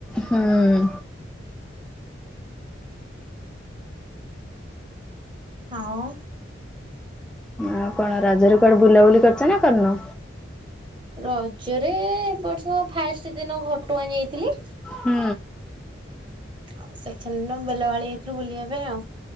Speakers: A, in the centre; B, on the right.
A: ହୁଁ।
B: ଆଉ।
A: ଆଉ କଣ ରଜରେ କୁଆଡେ ବୁଲାବୁଲି କରିଛ ନା କରିନ?
B: ରଜରେ ଏ ବର୍ଷ ଫାଷ୍ଟ ଦିନ ଘଟଗାଁ ଯାଇଥିଲି।
A: ହୁଁ।
B: ଆଉ ସେକେଣ୍ଡ ଦିନ ବେଲ ବାଳି ଯାଇଥିଲୁ ବୁଲିବା ପାଇଁ ଆଉ।